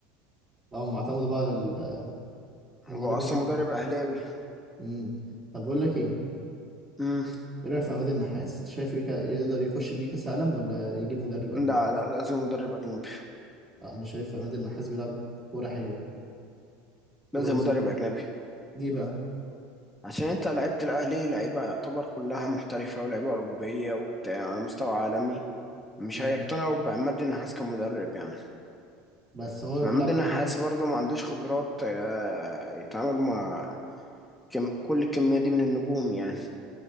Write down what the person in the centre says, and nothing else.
هو
اصلا
مدرب اهلاوي
امم
لا لا لازم مدرب اجنبي
لازم
مدرب اجنبي
عشان انت لعيبة الاهلي لعيبة يعتبر كلها محترفة ولعيبة اوروبية وبتاع على مستوى عالمي مش
هيقتنعوا بعماد النحاس كمدرب يعني
محمد
النحاس
برضه ما عندوش خبرات آه، يتعامل مع كم كل الكمية دي من النجوم يعني